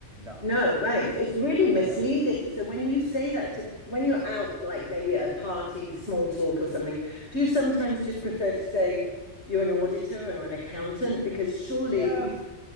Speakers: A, on the right; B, on the left.
A: no,
B: no,
A: yes,
B: right. It's really misleading.
A: no.
B: So when you say that to when you're out like maybe at a party, small talk or something, do you sometimes just prefer to say you're an auditor and or an accountant? Because surely
A: Yeah,
B: if you